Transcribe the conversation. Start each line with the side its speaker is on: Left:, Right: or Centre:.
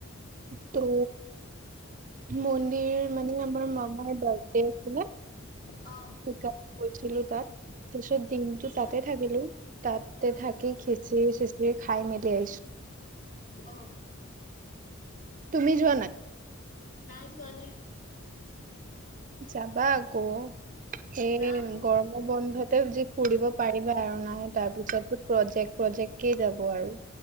Right: তো মন্দিৰ মানে আমাৰ মামাৰ বাৰ্থডে আছিলে।
Left: অ
Right: <unintelligible> গৈছিলো তাত তাৰপিছত দিনটো
Left: আচ্ছা
Right: তাতে থাকিলো। তাতে থাকি খিচিৰি চিচিৰি খায়-মেলি আহিছো।
Left: অ
Right: তুমি যোৱা নাই?
Left: নাই, যোৱা নাই।
Right: যাবা আকৌ সেই
Left: যাম
Right: গৰম বন্ধতে যি ফুৰিব পাৰিবা আৰু নাই তাৰ পিছতো প্ৰজেক্ট প্ৰজেক্ট কেই যাব আৰু